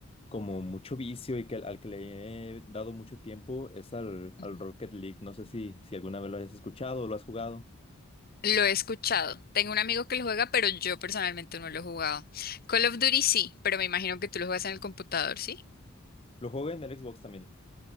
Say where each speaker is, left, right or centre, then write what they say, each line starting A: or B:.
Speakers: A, on the left (about 25°); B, on the left (about 45°).
A: como mucho vicio y que al que le he dado mucho tiempo es al, al
B: Ujú.
A: Rocket League. No sé si, si alguna vez lo has escuchado o lo has jugado.
B: Lo he escuchado, tengo un amigo que lo juega, pero yo personalmente no lo he jugado. Call of Duty sí, pero me imagino que tú lo juegas en el computador, ¿sí?
A: Lo jugué en el Xbox también.